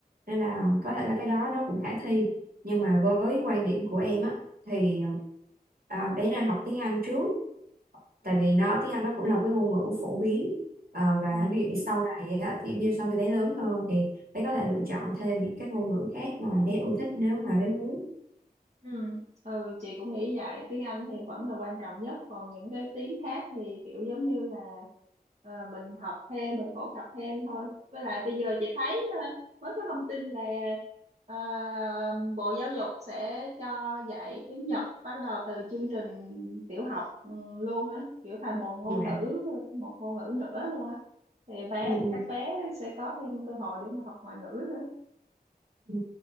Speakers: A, on the right; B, on the right.
A: nên là có thể là cái đó nó cũng khả thi nhưng mà với quan điểm của em á thì ờ, bé nên học tiếng Anh trước tại
B: ừ
A: vì nó tiếng Anh nó cũng là cái ngôn ngữ phổ biến Ờ, và
B: ừ
A: ví dụ như sau này á, thì như sau khi bé lớn hơn thì bé có thể
B: ừ.
A: lựa chọn thêm những cái ngôn ngữ khác mà bé yêu thích nếu mà bé muốn
B: Ừ. ừ chị cũng nghĩ vậy tiếng Anh thì vẫn là quan trọng nhất còn những cái tiếng khác thì kiểu giống như là ờ, mình học thêm mình phổ cập thêm thôi với lại bây giờ chị thấy ờ, mới có thông tin là ờ, Bộ Giáo dục sẽ cho dạy tiếng Nhật bắt đầu từ chương trình tiểu học ừ, luôn á kiểu thành một
A: dạ
B: ngôn ngữ một ngôn ngữ nữa luôn á thì bé
A: ừ, ừ,
B: các bé sẽ có thêm cơ hội để mà học ngoại ngữ nữa
A: ừ.